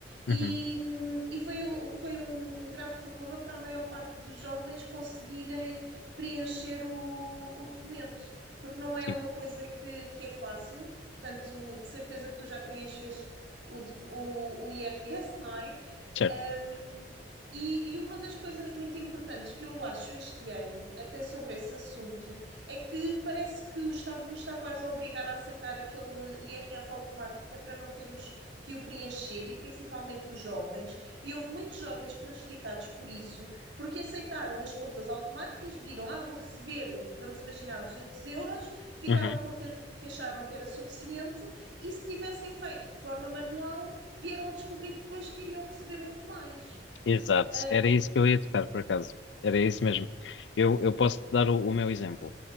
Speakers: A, on the right (about 75°); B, on the left (about 75°).
A: e,
B: Uhum,
A: hum, e foi, o- foi um, um grave problema para a maior parte dos jovens conseguirem preencher o, o documento, porque não é
B: sim,
A: uma coisa que, que é fácil, portanto, de certeza que tu já preencheste o, docu- o o IRS, não é?
B: certo.
A: Um, e, e uma das coisas muito importantes que eu acho este ano, até sobre esse assunto, é que parece que o Estado nos está quase a obrigar a aceitar aquele IRS automático, que é para não termos que o preencher, e principalmente os jovens. E houve muitos jovens prejudicados por isso, porque aceitaram as contas automáticas, viram, ah, vou receber, vamos imaginar, 200 euros, ficaram
B: Uhum.
A: contentes porque acharam que era suficiente, e se tivessem feito de forma manual vieram a descobrir depois que iriam receber muito mais.
B: Exato,
A: Ah,
B: era isso que eu ia tocar, por acaso. Era isso mesmo. Eu, eu posso te dar o, o meu exemplo.